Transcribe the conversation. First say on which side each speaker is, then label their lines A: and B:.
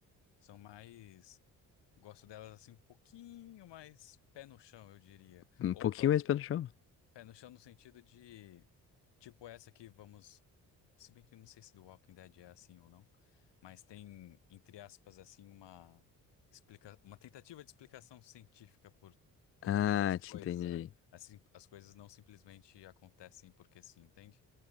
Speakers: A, on the left; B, on the left.
A: São mais Gosto delas assim um pouquinho mais pé no chão, eu diria.
B: Um
A: Ou
B: pouquinho
A: qua-
B: mais pelo show.
A: pé no chão no sentido de, tipo essa que vamos. Se bem que eu não sei se do Walking Dead é assim ou não, mas tem, entre aspas, assim, uma explica... uma tentativa de explicação científica por, por
B: Ah,
A: trás das coisas.
B: te entendi.
A: a- Assim, as coisas não simplesmente acontecem porque sim, entende?